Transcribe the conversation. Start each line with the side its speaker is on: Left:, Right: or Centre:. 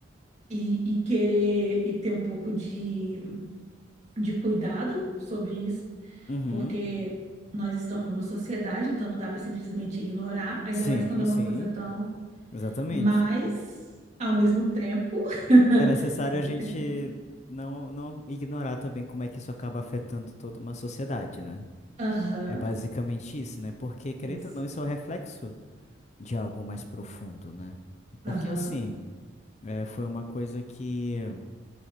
Right: e, e querer e ter um pouco de, de cuidado sobre isso,
Left: Uhum.
Right: porque nós estamos numa sociedade, então não dá para simplesmente ignorar, ainda
Left: Sim,
Right: mais quando é uma
Left: sim,
Right: coisa Sim. tão.
Left: exatamente.
Right: Mas, ao mesmo tempo, <laughs>
Left: É necessário
Right: você.
Left: a gente não, não ignorar também como é que isso acaba afetando toda uma sociedade, né?
Right: Aham,
Left: É basicamente isso, né? Porque, querendo
Right: isso.
Left: ou não, isso é o reflexo de algo mais profundo, né? Porque,
Right: Aham.
Left: assim, é, foi uma coisa que